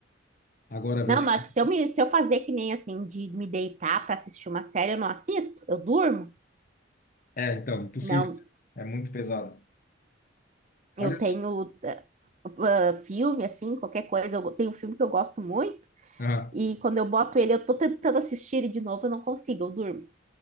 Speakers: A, on the left; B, on the right.
A: Agora ver.
B: Não,
A: filme.
B: mas se eu me, se eu fazer que nem assim de me deitar para assistir uma série, eu não assisto, eu durmo.
A: É, então, impossível.
B: Não,
A: né? É muito pesado. Olha
B: eu tenho
A: só.
B: ah, ah, filme assim, qualquer coisa, eu tenho um filme que eu gosto muito
A: Aham.
B: e quando eu boto ele, eu tô tentando assistir ele de novo, eu não consigo, eu durmo.